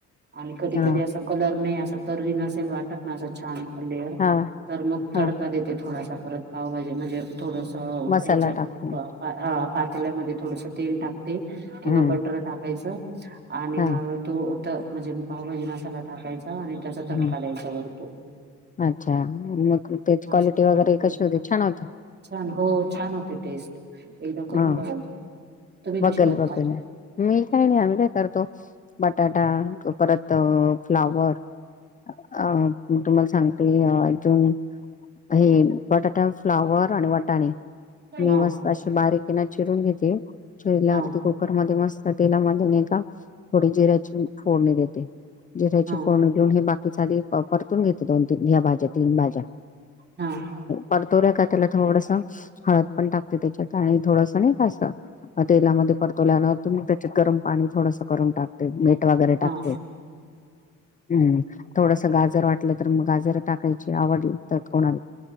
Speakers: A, on the right; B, on the left.
A: आणि कधी
B: हा
A: कधी अस. कलर नाही अस तर नसेल वाटत ना असं छान लेअर
B: हा
A: तर मग तडका
B: हा
A: देत. ते थोडासा परत पाव पाहिजे म्हणजे थोडस ह्याच्यात
B: मसाला टाकून
A: हा पातल्यामध्ये थोडस तेल टाकते किंवा
B: हम्म
A: बटर टाकायच आणि
B: हा
A: मग तो म्हणजे पावभाजी मसाला टाकायचा आणि त्याचा तडका
B: हम्म
A: द्यायचा वरतून
B: अच्छा मग त्याची क्वालिटी
A: असं
B: वगैरे
A: करते
B: कशी होते छान होते.
A: छान हो छान होते टेस्ट एकदा करून
B: हा
A: बघ तुम्ही
B: बघेल
A: कशी करता..
B: बघेल मी काही नाही आम्ही काय करतो बटाटा परत फ्लावर अ म तुम्हाला सांगते अ अजून हे बटाटा फ्लावर आणि वटाणे
A: हा
B: मी मस्त बारीकेन चिरून घेते चिरल्यावरती
A: हा
B: कुकरमध्येध्ये मस्त तेलामध्येका थोडी जिराची फोडणी देते. जे त्याची
A: हा
B: फोन
A: हा
B: घेऊन हे बाकीच आधी परतून घेते दोन तीन ह्या भाज्या तीन भाज्या.
A: हा.
B: परतोर्या का त्याला थोडस हळद पण टाकते त्याच्यात आणि थोडस नाही कां? तेलामध्ये परतवल्यान त्याच्यात गरम पाणी थोडंस. करून टाकते मीठ वगैरे
A: हा
B: टाकते. हम्म थोडस गाजर वाटलं तर मग गाजर टाकायची आवडतात कोणाला?